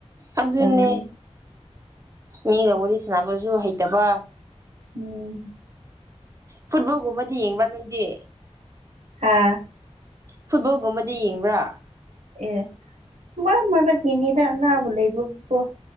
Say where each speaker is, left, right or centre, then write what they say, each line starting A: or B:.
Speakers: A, on the right (about 30°); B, on the right (about 80°).
A: ꯑꯗꯨꯅꯦ
B: ꯀꯔꯤ
A: ꯃꯤꯒ ꯋꯥꯔꯤ ꯁꯥꯟꯅꯕꯁꯨ ꯍꯩꯇꯕ
B: ꯎꯝ
A: ꯐꯨꯠꯕꯣꯜꯒꯨꯝꯕꯗꯤ ꯌꯦꯡꯕ꯭ꯔꯥ ꯅꯣꯏꯗꯤ
B: ꯍꯥꯥ
A: ꯐꯨꯠꯕꯣꯜꯒꯨꯝꯕꯗꯤ ꯌꯦꯡꯕ꯭ꯔꯥ
B: ꯑꯦ ꯃꯔꯛ ꯃꯔꯛ ꯌꯦꯡꯉꯤꯗ ꯑꯅꯥꯕ ꯂꯩꯕꯒꯤꯀꯣ